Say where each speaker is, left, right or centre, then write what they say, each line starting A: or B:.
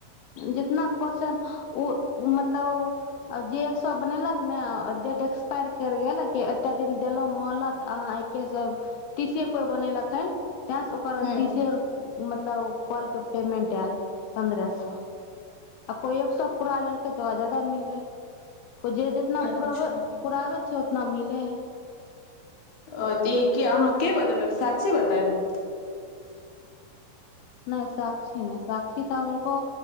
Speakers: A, on the left (about 80°); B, on the left (about 65°).
A: जितना केश्चन ओ मतलब जे एक सए बनेलक ने डेट एक्सपायर कर गेल एते दिन देलो मोहलत अहाँ एकके सब तीसे कोइ बनेलकख हन तैंस ओकर
B: हूँ
A: तीस मतलब कलके पेमेंट आयल पन्द्रह सए आ कोइ एक सए पूरा लेलकै तऽ ओकरा जादा मिललै जे जेितना
B: अच्छा
A: पराब पुराबे छै नमिले
B: ओ तऽ ई अहाँ के बतेलक साक्षी बतायल
A: नहि सक्षी नहि साक्षी तऽको